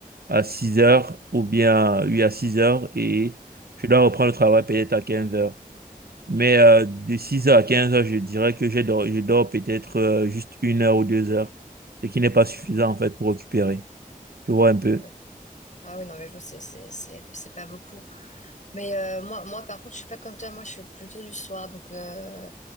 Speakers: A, on the right; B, on the left.
A: à 6 heures ou bien, oui, à six heures et je dois reprendre le travail peut-être à 15 heures. Mais euh, de six heures à 15 heures, je dirais que je dors, je dors peut-être euh, juste une heure ou deux heures, ce qui n'est pas suffisant en fait pour récupérer. Tu vois un peu.
B: ouais. Ah oui, non, mais je vois, c'est c'est- c'est- c'est pas beaucoup. Mais euh, moi, moi, par contre, je suis pas comme toi. Moi, je suis plutôt du soir. Donc, euh,